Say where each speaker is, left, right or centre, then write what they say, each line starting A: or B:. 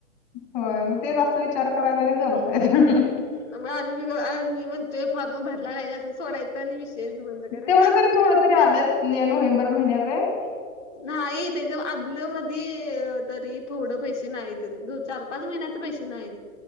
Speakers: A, on the left; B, on the left.
A: होय, मग तेच असा विचार करायचा आणि गप्प बसायचं.
B: मग आम्हीबी आ मी म्हणतोय, फॉर्म भरला नाही असं सोडायच आणि विषयच बंद करायचा.
A: तेवढं तरी थोडं तरी आलंत, मे नोव्हेंबर महिन्या पर्यंत.
B: नाही, त्याच्या आदल्या मधी तरी थोडं पैसे नाहीतच दो चार पाच महिन्याचं पैसे नाहीत.